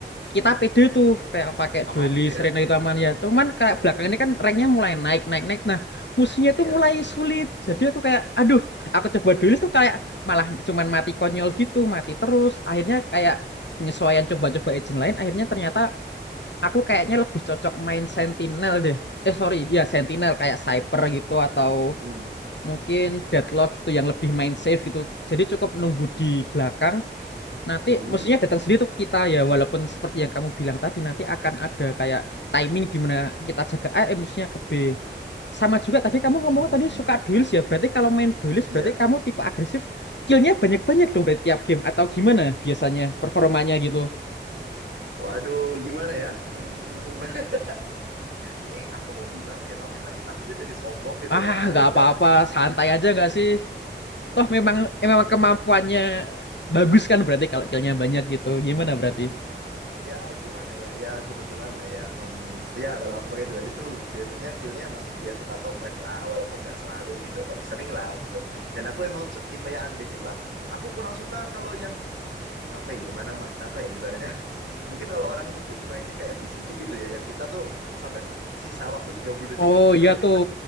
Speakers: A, on the left; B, on the right.
A: kita pede tuh kayak pakai
B: aman
A: duelist
B: gitu ya
A: Reyna gitu aman ya.
B: Eh,
A: Cuman kayak
B: eh,
A: belakangan
B: eh,
A: ini kan ranknya mulai naik naik naik musuhnya
B: iya
A: tuh mulai sulit. Jadi aku kayak, aduh, aku coba dulu tuh kayak malah cuman mati konyol gitu, mati terus. Akhirnya kayak penyesuaian coba-coba agent lain, akhirnya ternyata aku kayaknya lebih cocok main Sentinel deh. Eh sorry, ya Sentinel kayak Cyper gitu atau
B: Mm-mm.
A: mungkin Deadlock gitu yang lebih main safe gitu. Jadi cukup nunggu
B: Mm-mm.
A: di belakang, nanti
B: Mm-mm.
A: maksudnya datang sendiri tuh ke kita ya walaupun seperti yang kamu bilang tadi nanti akan ada kayak timing di mana kita jaga A, eh musuhnya ke B. Sama juga tadi kamu ngomong
B: Mm-mm.
A: tadi suka duels ya. Berarti kalau main duels
B: Iya.
A: berarti kamu tipe agresif. Killnya banyak-banyak dong dari tiap game. Atau gimana biasanya performanya gitu?
B: Waduh, gimana ya? Hmm, <laughs> Ini aku mau bilang nih, tapi nanti takutnya jadi sombong gitu
A: Ah
B: ya. <laughs>
A: nggak apa-apa. Santai aja nggak sih? Toh memang eh, memang kemampuannya bagus kan berarti kalau killnya banyak gitu. Gimana berarti?
B: Ya gimana ya? Ya kebetulan lah ya. Um, ya kalau aku pakai dualis tuh biasanya killnya emang ya suka toprek lah, walaupun nggak selalu gitu, tapi sering lah gitu. Dan aku emang su- tipe yang agresif lah. Aku kurang suka kalau yang apa ya gimana Ma- apa ya ibaratnya <laughs> mungkin kalau orang nyebut mainnya kayak VCP gitu ya yang kita tuh sampai me- sisa waktu 30 detik
A: Oh
B: baru
A: iya
B: nyetak
A: tuh.